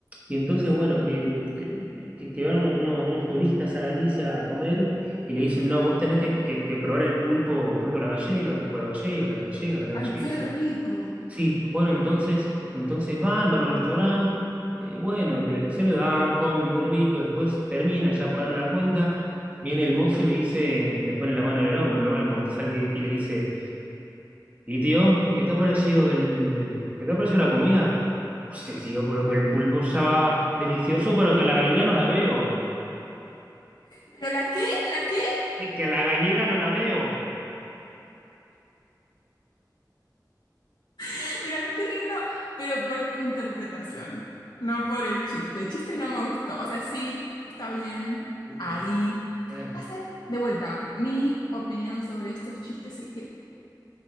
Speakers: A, on the right (about 20°); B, on the left (about 80°).
A: y entonces, bueno, que, que, que- que van uno- unos turistas a Galicia a comer y le dicen, no, vos tenés que, que- que probar el pulpo, pulpo a la gallega, pulpo a la gallega, que la gallega, que la
B: Ay,
A: gallega.
B: qué rico.
A: Sí, bueno, entonces, entonces van, van a un restaurante, eh, bueno, le- se lo dan, comen muy rico, después termina, ya pagaron la cuenta, viene el mozo y le dice, le pone la mano en el hombro, ¿no? Al comensal le- y le dice, ¿y tío, qué te ha parecido el, el- qué te ha parecido la comida? Hostia, tío, pero que el pulpo estaba delicioso, pero que a la gallega no la veo.
B: ¿Pero la qué? ¿La qué?
A: Que que a la gallega no la veo.
B: <laughs> Mira, me estoy riendo, pero por tu interpretación, no
A: Vale,
B: por el chiste. El chiste no me gustó. O sea, sí, está bien.
A: pulpo
B: Ahí.
A: no. Eh,
B: Pasa de vuelta. Mi opinión sobre estos chistes es que